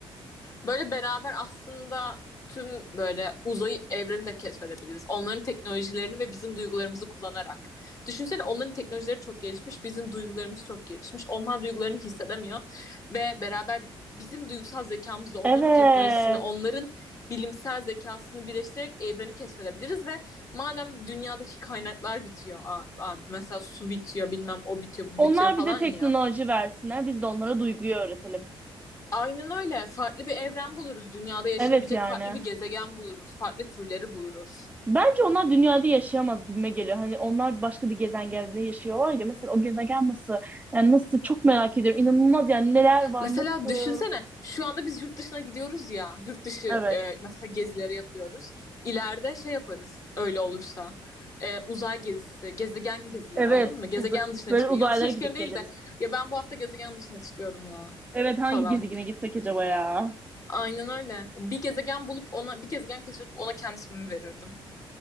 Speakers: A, on the left (about 35°); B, on the right (about 15°).
A: Böyle beraber aslında tüm böyle uzayı evreni de keşfedebiliriz. Onların teknolojilerini ve bizim duygularımızı kullanarak. Düşünsene onların teknolojileri çok gelişmiş, bizim duygularımız çok gelişmiş. Onlar duygularını hissedemiyor ve beraber bizim duygusal zekamızla onların
B: Evet.
A: teknolojisini, onların bilimsel zekasını birleştirerek evreni keşfedebiliriz ve madem dünyadaki kaynaklar bitiyor abi mesela su bitiyor bilmem o bitiyor bu
B: Onlar
A: bitiyor falan
B: bize teknoloji
A: ya
B: versinler. Biz de onlara duyguyu öğretelim.
A: Aynen öyle. Farklı bir evren buluruz. Dünyada yaşayabilecek
B: Evet yani.
A: farklı bir gezegen buluruz. Farklı türleri buluruz.
B: Bence onlar dünyada yaşayamaz gibime geliyor. Hani onlar başka bir gezegende yaşıyorlar ya. Mesela o gezegen nasıl? Yani nasıl çok merak ediyorum. İnanılmaz yani neler var,
A: Mesela
B: nasıl?
A: düşünsene şu anda biz yurt dışına gidiyoruz ya. Yurt dışı e,
B: Evet.
A: mesela gezileri yapıyoruz. İleride şey yaparız öyle olursa. E, uzay gezisi, gezegen gezileri
B: Evet.
A: anladın mı? Gezegen
B: Uza-
A: dışına
B: böyle
A: çıkıyor.
B: uzaylara
A: Yurt dışına çıkıyorum
B: gidip
A: değil
B: geliriz.
A: de ya ben bu hafta gezegen dışına çıkıyorum ya
B: Evet hangi
A: falan.
B: gezegene gitsek acaba ya?
A: Aynen öyle. Bir gezegen bulup ona bir gezegen keşfedip ona kendisimi verirdim.